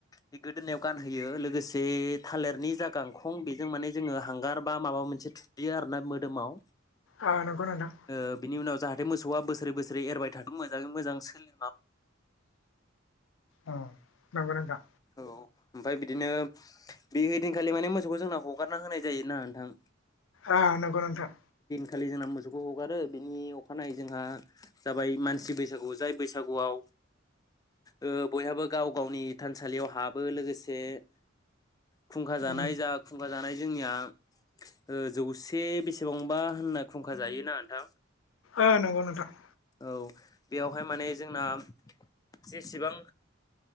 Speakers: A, on the left; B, on the left.
A: बे गोदोनायाव गानहोयो लोगोसे थालिरनि जा गांखं बे जों माने जोङो हांगार बा माबा मोनसे थुैयो आरोना मोदोमाव
B: आ नंगौ नोंथां।
A: ओ बिनि उनाव जाहाथे मोसौआ बोसोरै बोसोरै एरबाय थाथों मोजाङै मोजां सोलि
B: अ नंगौ नोंथां
A: औ ओमफाय बिदिनो बेहदिनखालि माने मोसौखौ जोंना हगारना होनाय जायो ना नोंथां।
B: ओ नंगौ नोंथां
A: आखालि जोंना मोसौखौ हगारो बिनि अखानायै जोंहा जाबाय मानसि बैसागु जाय बैसागुआव ओ बयहाबो गाव गावनि थानसालि। थालियाव हाबो लोगोसे फुंखा
B: ओ
A: जानाय जा खुंखा जानाय जोंनिया जौसे बेसेबांबा होनना खुंखा जायोना नोंथां
B: ओ नंगौ नोंथां।
A: औ बेयावहाय माने जोंना जेसेबां